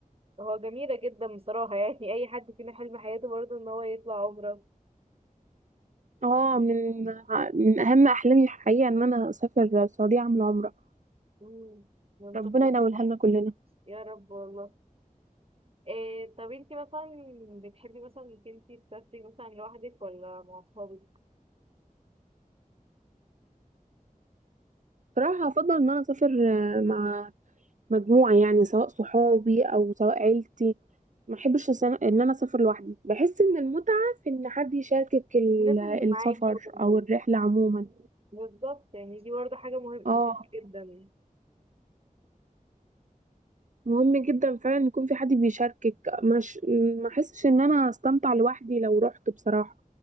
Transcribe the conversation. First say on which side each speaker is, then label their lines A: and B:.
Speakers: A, on the right; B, on the right.
A: هو جميله جدا بصراحه <laughs> يعني اي حد فينا حلم حياته برضه ان هو يطلع عمره
B: اه من ع- من اهم احلامي الحقيقه ان انا اسافر السعوديه اعمل عمره
A: مم، ونشوف
B: ربنا ينولها لنا كلنا
A: يا رب والله إيه طب انتي مثلا بتحبي مثلا انك انتي تسافري مثلا لوحدك ولا مع اصحابك
B: صراحه افضل ان انا اسافر آه، مع مجموعه يعني سواء صحابي او سواء عيلتي ما احبش أس- ان انا اسافر لوحدي بحس ان المتعه في ان حد يشاركك ال-
A: الناس اللي معاكي
B: السفر
A: وجنبك
B: او الرحله عموما
A: بالظبط يعني دي برضه حاجة مهمة
B: اه
A: جدا
B: مهم جدا فعلا يكون في حد بيشاركك مش ما احسش ان انا استمتع لوحدي لو رحت بصراحه